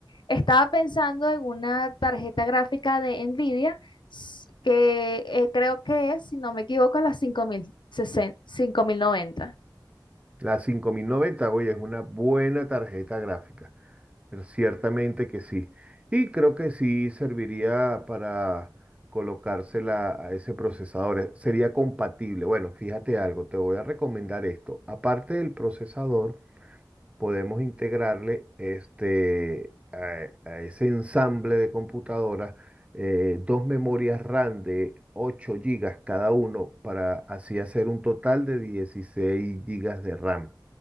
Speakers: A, on the left; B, on the right.
A: estaba pensando en una tarjeta gráfica de Nvidia s- que eh, creo que es, si no me equivoco, la 5060, 5090.
B: La 5090, oye, es una buena tarjeta gráfica. Pero Ciertamente que sí. Y creo que sí serviría para colocársela a ese procesador. Eh, Sería compatible. Bueno, fíjate algo, te voy a recomendar esto. Aparte del procesador, podemos integrarle este, a, e, a ese ensamble de computadoras eh, dos memorias RAM de 8 gigas cada uno para así hacer un total de 16 gigas de RAM.